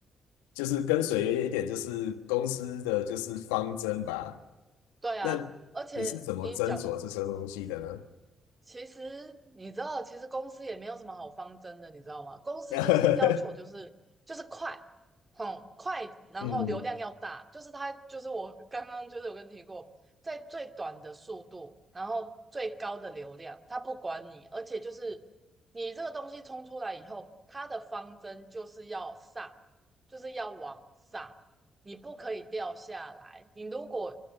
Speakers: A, on the left; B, on the right.
A: 就是跟随一点，就是公司的就是方针吧。
B: 对啊，
A: 那
B: 而且你讲
A: 你是怎么斟酌这些东西的呢？
B: 其实你知道，其实公司也没有什么好方针的，你知道吗？公司就是要求就是就是快，
A: <laughs>
B: 嗯，快，然后流量要大，
A: 嗯，
B: 就是它就是我刚刚就是有跟你提过，在最短的速度，然后最高的流量，它不管你，而且就是你这个东西冲出来以后，它的方针就是要上，就是要往上，你不可以掉下来，你如果